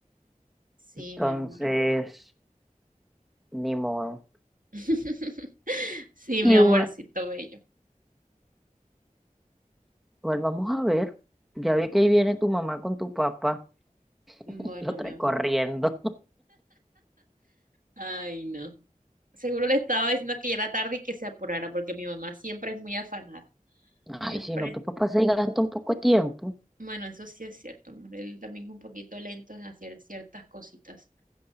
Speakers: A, on the right (about 75°); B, in the centre.
A: Sí,
B: Entonces,
A: mi amor.
B: ni modo.
A: <laughs> Sí,
B: Igual.
A: mi amorcito bello.
B: Igual vamos a ver. Ya vi que ahí viene tu mamá con tu papá,
A: Bueno,
B: <laughs> lo trae
A: mi amor.
B: corriendo.
A: Ay, no. Seguro le estaba diciendo que ya era tarde y que se apurara, porque mi mamá siempre es muy afanada.
B: Ay,
A: Siempre
B: si no, tu papá se gasta un poco de tiempo.
A: Bueno, eso sí es cierto, amor. Él también es un poquito lento en hacer ciertas cositas.